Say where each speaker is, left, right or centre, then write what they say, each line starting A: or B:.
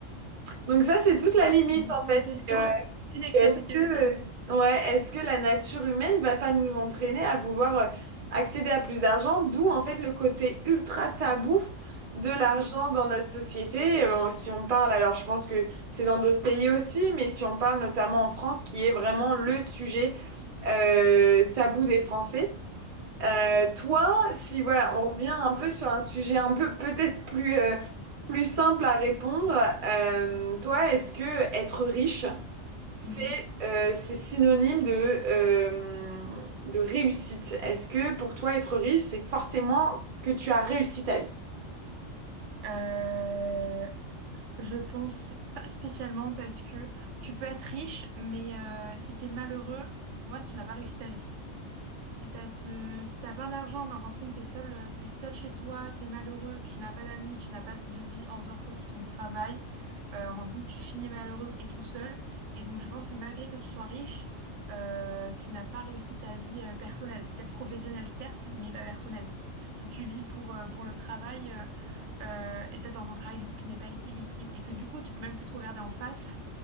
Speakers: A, on the right (about 45°); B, on the right (about 70°).
A: Donc ça, c'est toute la limite
B: C'est une
A: en
B: excellente
A: fait.
B: question.
A: C'est, euh,
B: <laughs> Une
A: c'est
B: excellente
A: est-ce
B: question.
A: que, euh, ouais, est-ce que la nature humaine va pas nous entraîner à vouloir euh, accéder à plus d'argent, d'où en fait le côté ultra tabou de l'argent
B: Mm.
A: dans notre société. Euh, si on parle, alors je pense que c'est dans d'autres pays aussi, mais si on parle notamment en France, qui est vraiment le sujet euh, tabou des Français. Euh, toi, si voilà, on revient un peu sur un sujet un peu peut-être plus euh, plus simple à répondre. euh, toi, est-ce que être riche, c'est
B: Mhm.
A: euh, c'est synonyme de euh, de réussite? Est-ce que pour toi, être riche, c'est forcément que tu as réussi ta vie?
B: Euh, je pense pas spécialement parce que tu peux être riche, mais euh, si t'es malheureux, pour moi, tu n'as pas réussi ta vie. Si t'as ce... si t'as plein d'argent, mais en fin de compte, t'es seul, euh, t'es seul chez toi, t'es malheureux, tu n'as pas d'amis, tu n'as pas de vie en dehors que de ton travail, euh, en fin de compte, tu finis malheureux et tout seul. Et donc, je pense que malgré que tu sois riche, euh, tu n'as pas réussi ta vie euh, personnelle. Peut-être professionnelle, certes, mais pas personnelle. Si tu vis pour, euh, pour le travail, euh, euh, et peut-être dans un travail du coup qui n'est pas éthique et, qui- et que du coup, tu peux même plus te regarder en face,